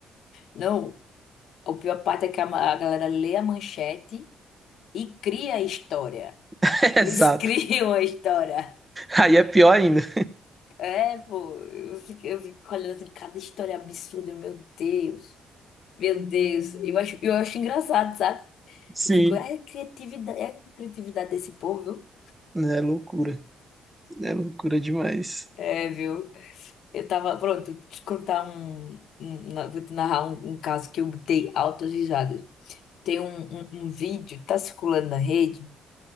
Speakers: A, on the left (about 75°); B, on the right (about 20°).
A: Não, a pior parte é que a ma- a galera lê a manchete E cria a história.
B: <laughs> Exato.
A: Eles <laughs> criam a história.
B: Aí é pior ainda.
A: É, pô, eu fico, eu fico olhando assim, cada história absurda, meu Deus. Meu Deus. Eu acho, eu acho engraçado, sabe?
B: Sim.
A: Eu fico, é criatividade, é criatividade desse povo, viu?
B: É loucura. É loucura demais.
A: É, viu? Eu tava, pronto, te contar um, um- na- vou te narrar um, um caso que eu botei altas risadas. Tem um, um, um vídeo, que tá circulando na rede,